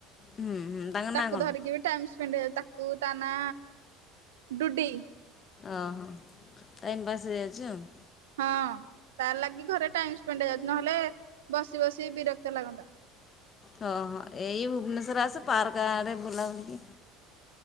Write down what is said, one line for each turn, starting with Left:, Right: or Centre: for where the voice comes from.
Left: ହୁଁ ହୁଁ ତାଙ୍କ
Right: ତାକୁ
Left: ନାଁ କ'ଣ
Right: ଧରିକି ବି ଟାଇମ୍ ସ୍ପେଣ୍ଡ ହେଇଯାଉଛି ତାକୁ ତାନା ଡୁଡି।
Left: ଓହୋ ଟାଇମ ପାସ୍ ହେଇଯାଉଛି ଆଉ।
Right: ହଁ ତାର ଲାଗି ଘରେ ଟାଇମ ସ୍ପେଣ୍ଡ ହେଇଯାଉଛି ନହେଲେ ବସି ବସି ବିରକ୍ତ ଲାଗନ୍ତା।
Left: ହଁ ହଁ ଏଇ ଭୁବନେଶ୍ଵର ଆସ ପାର୍କ ଆଡେ ବୁଲା ବୁଲିି